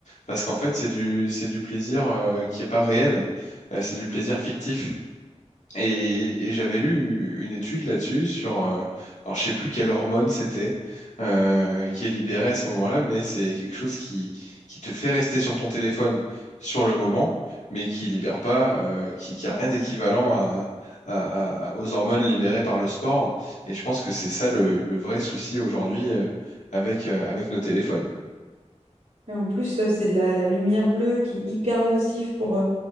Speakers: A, on the left; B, on the right.
A: parce qu'en fait, c'est du, c'est du plaisir euh, qui est pas réel, Euh, c'est du plaisir fictif. Et, et j'avais lu une étude là-dessus sur, euh, alors je sais plus quelle hormone c'était euh, qui est libérée à ce moment-là, mais c'est quelque chose qui, qui te fait rester sur ton téléphone sur le moment, mais qui libère pas, euh, qui, qui a rien d'équivalent à, à- à- aux hormones libérées par le sport. Et je pense que c'est ça le, le vrai souci aujourd'hui euh, avec, euh, avec nos téléphones.
B: Et en plus, euh, c'est de la, la lumière bleue qui est hyper nocive pour, euh,